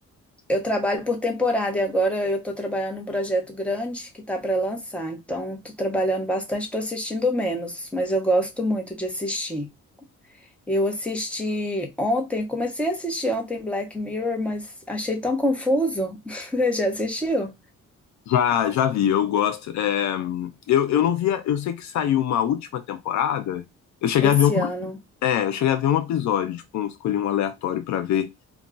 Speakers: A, in the centre; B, on the left.
A: eu trabalho por temporada e agora eu tô trabalhando num projeto grande que tá para lançar. Então, tô trabalhando bastante, tô assistindo menos, mas eu gosto muito de assistir. Eu assisti ontem, comecei a assistir ontem Black Mirror, mas achei tão confuso. <laughs> Você já assistiu?
B: Já, já vi, eu gosto. É, hum, eu, eu não via, eu sei que saiu uma última temporada. Eu cheguei
A: Esse
B: a ver um,
A: ano.
B: é, eu cheguei a ver um episódio, tipo, eu escolhi um aleatório pra ver.